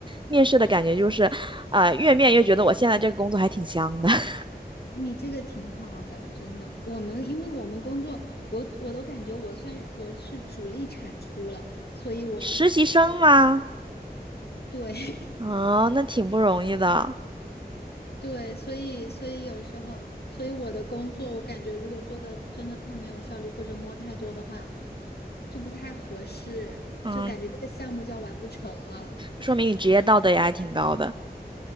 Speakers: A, on the right; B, on the left.
A: 面试的感觉就是，呃，越面越觉得我现在这个工作还挺香的。<laughs>
B: 你这个挺好的，真的。我们因为我们工作，我我都感觉我算我是主力产出了，所以我
A: 实习生吗？
B: 对 <laughs>
A: 啊、那挺不容易的，
B: 对，所以所以有时候，所以我的工作，我感觉如果做的真的太没有效率或者摸太多的话，就不太合适，
A: 嗯，
B: 就感觉这个项目就要完不成了。
A: 说明你职业道德也还挺高的。